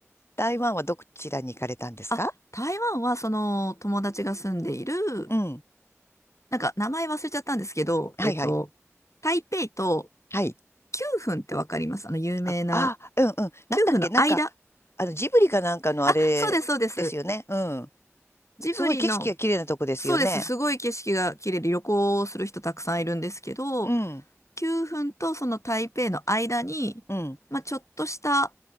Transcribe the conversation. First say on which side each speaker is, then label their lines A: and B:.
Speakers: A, on the left; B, on the left.
A: 台湾はどちらに行かれたんですか
B: あ、台湾は、その、友達が住んでいる、
A: うん、
B: なんか、名前忘れちゃったんですけど、
A: はいはい、
B: えっと、台北と
A: はい。
B: 9分ってわかりますあの、有名な、
A: あ、あ、うんうん。
B: 9分の間。
A: なんだっけ、なんか、あの、ジブリかなんかのあれですよね。
B: あ、そうです、そうです。
A: うん。
B: ジブリの
A: すごい景色が綺麗なとこですよね。
B: そうです。すごい景色が綺麗で旅行をする人たくさんいるんですけど、
A: うん、
B: 9分とその台北の間に、
A: うん、
B: まあ、ちょっとした